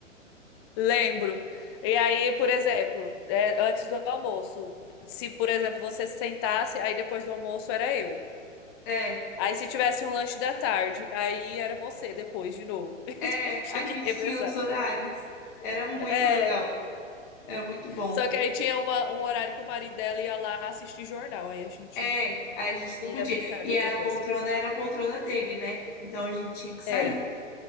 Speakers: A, on the left; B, on the left.
A: Lembro. E aí, por exemplo, é, antes do almoço, se, por exemplo, você sentasse, aí depois do almoço era eu.
B: É,
A: Aí se tivesse um lanche da tarde, aí era você depois de novo. <laughs>
B: é,
A: Então tinha
B: a
A: que
B: gente
A: revezar.
B: tinha os horários. Era muito
A: É,
B: legal, era muito bom.
A: só que aí tinha uma- um horário que o marido dela ia lá assistir jornal, aí a gente
B: É, aí a gente não
A: ia
B: podia.
A: brincar
B: E
A: de outra
B: a
A: coisa.
B: poltrona era a poltrona dele, né? Então a gente tinha que sair.
A: Era,